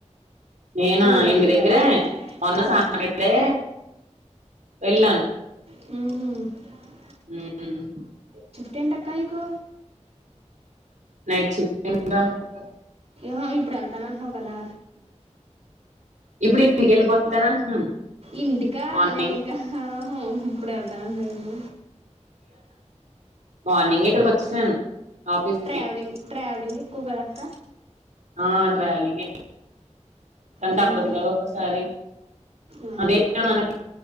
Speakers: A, on the right; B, on the right.
A: నేనా
B: మీ దగ్గర
A: ఇంటి దగ్గరే
B: కదా
A: కొన్న
B: మీ
A: సా
B: దగ్గర
A: ఇడే యెల్లను
B: హ
A: హు
B: టెన్ కనీకు
A: నైట్ షిఫ్ట్ <unintelligible>
B: హో ఇప్పుడు వెళ్తాన అంటున్నావు కదా
A: ఇప్పుడు ఇంకెళ్ళిపోతారా అంటున్నాను
B: ఇంటికా
A: మార్నింగ్
B: నేను ఇంకా ఇప్పుడు వెళ్తాను <unintelligible> అండైదు
A: మార్నింగె ఇక్కడికి వచ్చేసాను ఆఫీస్
B: ట్రావలింగ్
A: కి
B: ట్ర్రావలింగ్ కు కడక్క
A: ఆ ట్రావెలింగే కానీ
B: మ్మ్.
A: తప్పదు కదా ఒక్కసారి
B: ఆ,
A: అదే మనకి